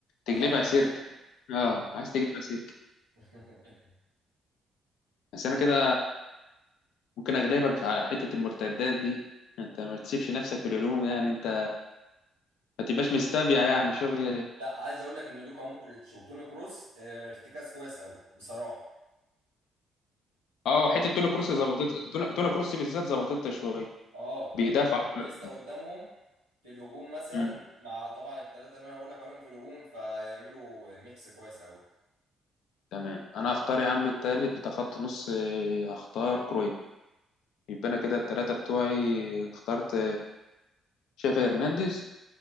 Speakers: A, on the left (about 60°); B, on the right (about 85°).
A: تجلبها
B: اخلص
A: سيرك اه
B: اه
A: عايز تجلبها سيرك
B: <laughs>
A: بس انا كده ممكن اغلبك على حتة المرتدات دي انت ما تسيبش نفسك في الهجوم يعني انت ما تبقاش مستبيع يعني شغل
B: لا عايز اقول لك ان لوكا مودريتش وتوني كروس آه، ارتكاز كويس قوي بصراحة
A: اه وحتة توني كروس ظبطت توني توني كروس بالذات ظبطتها شوية
B: اه وانيستا
A: بيدافع اكتر
B: قدامهم في الهجوم مثلا
A: مم.
B: مع طبعا الثلاثه اللي انا هقول لك عليهم في الهجوم فيعملوا ميكس كويس قوي
A: تمام انا هختار يا عم التالت بتاع خط نص آه، هختار كرويف يبقى انا كده التلاتة بتوعي اخترت شافي هرنانديز